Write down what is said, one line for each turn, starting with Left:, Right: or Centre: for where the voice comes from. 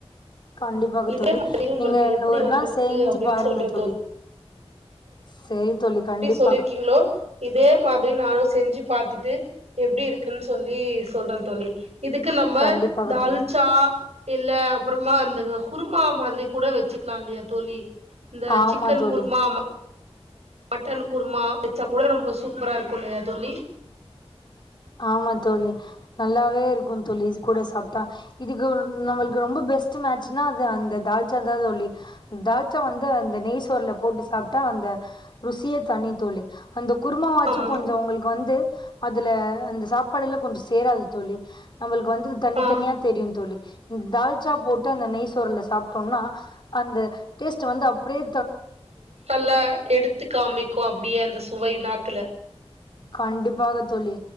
Left: கண்டிப்பாக
Right: இதே
Left: தோழி
Right: மாதிரி உங்களுக்கு
Left: நீங்க இன்
Right: எப்டி
Left: ஒரு
Right: வந்திருக்கு
Left: நாள் செஞ்சு
Right: அப்டின்னு
Left: பாருங்க
Right: சொல்றே
Left: தோழி சேரி தோழி கண்டிப்
Right: சொல்லிர்க்கீங்களோ இதே மாதிரி நானு செஞ்சி பாத்துட்டு எப்டி இருக்குன் சொல்லி சொல்ற தோழி இதுக்கு நம்ம
Left: கண்டிப்பாக
Right: தால்ச்சா
Left: தோழி
Right: இல்ல அப்பறமா அந்த குருமா மாதிரி கூட வெச்சிக்கலா இல்லயா தோழி இந்த
Left: ஆமா
Right: சிக்கன்
Left: தோழி
Right: குருமா ம மட்டன் குருமா வெச்சா கூட ரொம்ப சூப்பரா இருக்கு இல்லயா தோழி
Left: ஆமா தோழி நல்லாவே இருக்கு தோழி இது கூட சாப்ட்டா இதுக்கு நம்மளுக்கு ரொம்ப பெஸ்ட் மேட்ச்னா அது அந்த தால்ச்சா தா தோழி தால்ச்சா வந்து அந்த நெய்சோர்ல போட்டு சாப்ட்டா அந்த ருசியே தனி தோழி அந்த குருமா வாச்சு
Right: ஆமா
Left: கொஞ்ச உங்களுக்கு வந்து அதுல அந்த சாப்பாடுல்லா கொஞ்ச சேராது தோழி நம்மளுக் வந்து தனி
Right: ஆ
Left: தனியா தெரியு தோழி தால்ச்சா போட்டு அந்த நெய் சோறுல சாப்ட்டோம்னா அந்த டேஸ்ட் வந்து அப்படியே
Right: நல்லா எடுத்து காமிக்கு அப்படியே அந்த சுவை நாக்குல
Left: கண்டிப்பாக தோழி